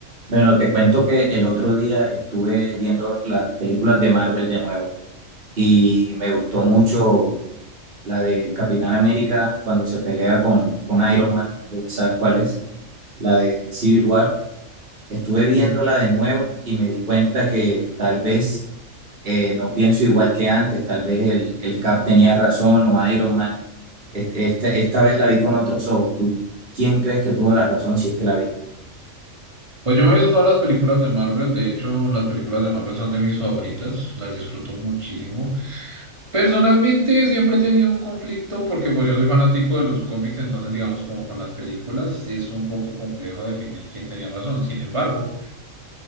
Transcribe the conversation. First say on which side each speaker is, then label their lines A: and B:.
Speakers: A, on the right (about 45°); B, on the right (about 20°).
A: Bueno, te cuento que el otro día estuve viendo las películas de Marvel de nuevo y me gustó mucho la del Capitán América cuando se pelea con, con Iron Man, no sé si sabes cuál es, la de Civil War. Estuve viéndola
B: Mm.
A: de nuevo y me di cuenta que tal vez eh, no pienso igual que antes, tal vez el, el Cap tenía razón o Iron Man. Este- este- esta vez la vi con otros ojos. ¿Tú quién crees que tuvo la razón si es que la viste?
B: Pues yo me he visto todas las películas de Marvel, de hecho las películas de Marvel son de mis favoritas, las disfruto muchísimo. Personalmente siempre he tenido un conflicto porque pues yo soy fanático de los cómics, entonces digamos como con las películas es un poco complejo definir quién tenía razón. Sin embargo,